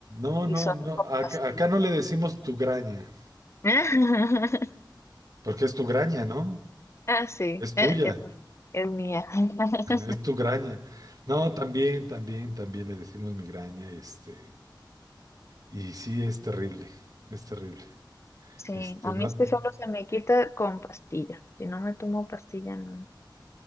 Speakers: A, on the right; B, on the left.
A: No,
B: y
A: no,
B: solo
A: no,
B: con pastilla.
A: acá, acá no le decimos tu graña,
B: <laughs>
A: porque es tu graña, ¿no?
B: Ah, sí,
A: Es
B: eh,
A: tuya.
B: es, mi- es mía. <laughs>
A: Es tu graña. No, Sí. también, también, también le decimos migraña, este, y sí es terrible, es terrible.
B: Sí,
A: Este,
B: a
A: no,
B: mí es que solo se me quita con pastilla. Si no me tomo pastilla, no.